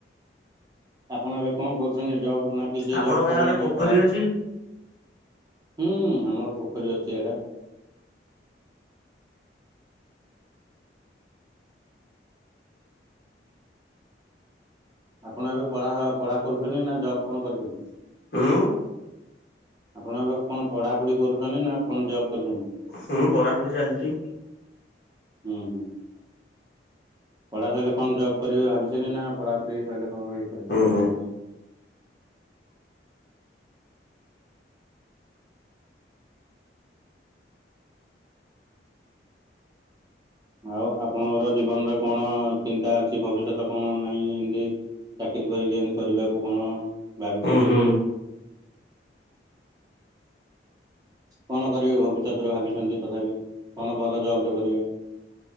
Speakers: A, on the right; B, on the left.
A: ଆପଣ ଏବେ କଣ କରୁଚନ୍ତି ଜବ୍, ନା କିଛି
B: ଆପଣଙ୍କ
A: ଜବ୍ ଫବ୍
B: ଗାଁ ଗୋଟେ
A: ନାହିଁ,
B: ପୋଖରୀ
A: ପଢା
B: ଅଛି?
A: ହୁଁ, ଆମର ପୋଖରୀ ଅଛି ଏଇଡେ। ଆପଣ ଏବେ ପଢା ପଢା କରୁଚନ୍ତି, ନା ଜବ୍ କଣ କରୁଚନ୍ତି?
B: ହୁଁ
A: ଆପଣ ଏବେ କଣ ପଢାପଢି କରୁଚନ୍ତି, ନା କଣ ଜବ୍ କରୁଚନ୍ତି?
B: ହୁଁ, ପଢାପଢି ଚାଲିଚି।
A: <unintelligible> ହୁଁ ହୁଁ। ପଢ଼ା ସଇଲେ କଣ ଜବ୍ କରିବେ ଭାବିଛନ୍ତି ନା ପଢାପଢି ସରିଲେ କଣ ଇଏ କରିବେ?
B: ହୁଁ ହୁଁ
A: ଆଉ ଆପଣଙ୍କର ଜୀବନରେ କଣ ଚିନ୍ତା ଅଛି ଭବିଷ୍ୟତ କଣ ନାହିଁ ଏମତି ଚାକିରୀ କରି ଏମିତି କରିବାକୁ କଣ ଭାବିଛନ୍ତି?
B: ହୁଁ ହୁଁ
A: କଣ କରିବେ ଭବିଷ୍ୟତରେ ଭାବିଛନ୍ତି ତଥାପି କଣ ଭଲ ଜବଟେ କରିବେ?